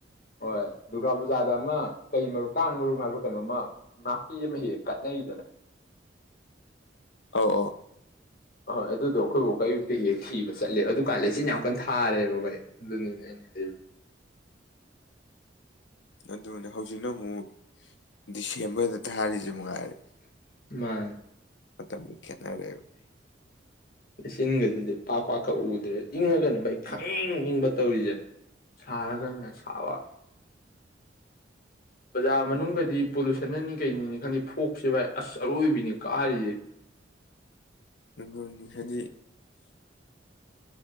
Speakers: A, on the left; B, on the left.
A: ꯍꯣꯏ ꯗꯨꯔꯒꯥ ꯄꯨꯖꯥꯗ ꯑꯃ ꯀꯩ ꯃꯔꯨ ꯀꯥꯡ ꯃꯔꯨ ꯍꯥꯏꯕ ꯀꯩꯅꯣꯃ ꯅꯥꯄꯤ ꯑꯃ ꯍꯦꯛ ꯍꯦꯛ ꯀꯠꯅꯩꯗꯅ
B: ꯑꯣ
A: ꯑꯍꯣꯏ ꯑꯗꯨꯗꯣ ꯑꯩꯈꯣꯏ ꯕꯣꯛꯀ ꯑꯌꯨꯛꯇ ꯍꯦꯛ ꯤꯈꯤꯕ ꯆꯠꯂꯦꯕ ꯑꯗꯨꯀꯥꯟꯗ ꯂꯩꯆꯤꯟ ꯌꯥꯝ ꯀꯟ ꯊꯥꯔꯦꯕ ꯚꯥꯏ ꯑꯗꯨꯅꯤꯅꯦ ꯑꯩꯅ ꯍꯥꯏ
B: ꯑꯗꯨꯅꯦ ꯍꯧꯖꯤꯛꯅ ꯑꯃꯨꯛ ꯗꯤꯁꯦꯝꯕꯔꯗ ꯊꯥꯔꯤꯁꯦ ꯃꯉꯥꯏꯔꯦ
A: ꯃꯥ
B: ꯃꯇꯝ ꯃꯇꯝꯃꯤ ꯈꯟꯅꯔꯦ
A: ꯂꯩꯆꯤꯟꯒꯁꯤꯗꯤ ꯄꯥꯛ ꯄꯥꯛꯀꯛ ꯎꯗ꯭ꯔꯦ ꯏꯪꯉꯒꯅ ꯚꯥꯏ ꯈꯪ ꯏꯪꯕ ꯇꯧꯔꯤꯁꯦ ꯁꯥꯔꯒꯅ ꯁꯥꯕ ꯕꯖꯥꯔ ꯃꯅꯨꯡꯗꯗꯤ ꯄꯣꯂꯨꯁꯟꯅꯅꯤ ꯀꯩꯅꯤꯅꯤ ꯈꯪꯗꯦ ꯐꯣꯛꯁꯦ ꯚꯥꯏ ꯑꯁ ꯑꯔꯣꯏꯕꯤꯅꯤ ꯀꯥꯔꯤꯁꯦ
B: ꯑꯗꯨꯅꯤ ꯍꯥꯏꯗꯤ